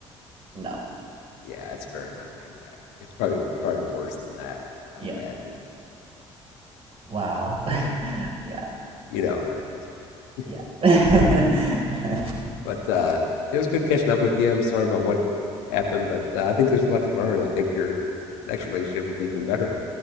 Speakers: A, on the right (about 40°); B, on the left (about 70°).
A: No,
B: Yeah, it's very not laid back. It's probably probably worse than that. I'd
A: yeah,
B: imagine,
A: wow,
B: but uh,
A: <laughs> yeah.
B: you know, how Americans are.
A: Yeah.
B: <laughs>
A: <laughs>
B: but uh, it was good catching up with you. I'm sorry about what happened, but uh, I think there's a lot to learn. I think your next relationship will be even better.